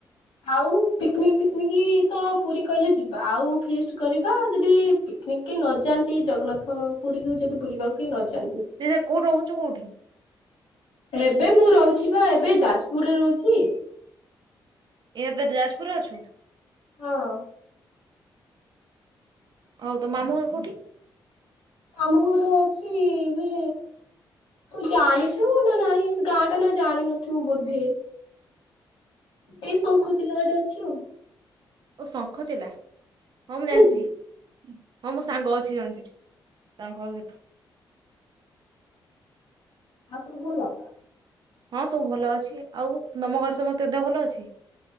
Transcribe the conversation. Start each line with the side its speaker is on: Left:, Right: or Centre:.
Left: ଆଉ ପିକନିକ ଫିକନିକ ତ ପୁରୀ କହିଲେ ଯିବା ଆଉ ଫିଷ୍ଟ କରିବା ଯଦି ପିକନିକ କେହି ନଯାଆନ୍ତି ଜଗନ୍ନାଥ ପୁରୀକୁ ଯଦି ବୁଲିବାକୁ କେହି ନଯାଆନ୍ତି।
Right: ଏହେ କୋଉଠ ରହୁଛ କୋଉଠି?
Left: ଏବେ ମୁଁ ରହୁଛି ବା ଏବେ ଯାଜପୁରରେ ରହୁଛି।
Right: ଏହା ତରେ ଯାଜପୁରରେ ଅଛୁ।
Left: ହଁ।
Right: ହଉ ତ ମାମୁଁ ଘର କୋଠି?
Left: ଆମ ଘର ଅଛି ଏବେ ତୁ ଜାଣିଛୁ ନା ନାଇଁ ଗାଁ ଟା ନା ଜାଣିିନଥିବୁ ବୋଧେ ଏଇ ଶଙ୍ଖ ଚିଲ ଆଡ଼େ ଅଛି ଆଉ।
Right: ଓ ଶଙ୍ଖଚିଲା। ହଁ ମୁଁ
Left: ଜାଣିଛୁ।
Right: ଜାଣିଛି ହଁ ମୋ
Left: ଓହୋ।
Right: ସାଙ୍ଗ ଅଛି ଜଣେ ସେଠି ତାଙ୍କ ଘର ସେଠୁ।
Left: ଆଉ ସବୁ ଭଲ।
Right: ହଁ ସବୁ ଭଲ ଅଛି ଆଉ ତମ ଘର ସମସ୍ତେ ଦେହ ଭଲ ଅଛି?